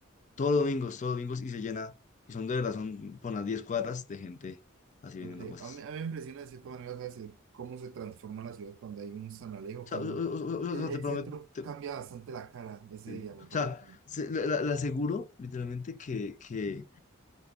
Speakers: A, on the left (about 35°); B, on the right (about 65°).
A: Todos los domingos, todos los domingos y se llena, y son de verdad, son por unas 10 cuadras de gente así vendiendo
B: ok.
A: cosas.
B: A mí, a mí me impresiona de cierta manera, ¿sabes? El Cómo se transforma la ciudad cuando hay un San Alejo,
A: O
B: cómo
A: sea, o- o- o- o-
B: el,
A: o sea,
B: el
A: te prometo,
B: centro
A: te-
B: cambia bastante la cara ese
A: sí.
B: día, me parece.
A: O sea, se- la, la- la aseguro literalmente que, que